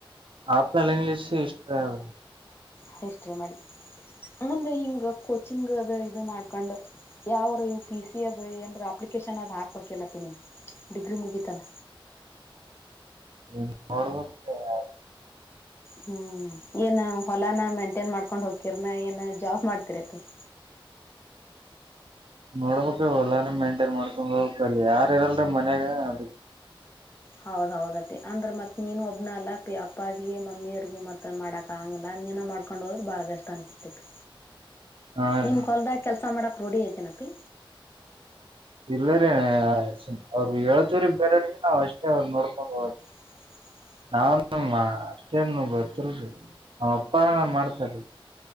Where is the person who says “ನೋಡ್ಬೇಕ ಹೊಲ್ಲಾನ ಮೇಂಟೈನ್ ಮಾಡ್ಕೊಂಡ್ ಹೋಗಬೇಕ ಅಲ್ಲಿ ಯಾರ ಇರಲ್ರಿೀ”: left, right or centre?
Right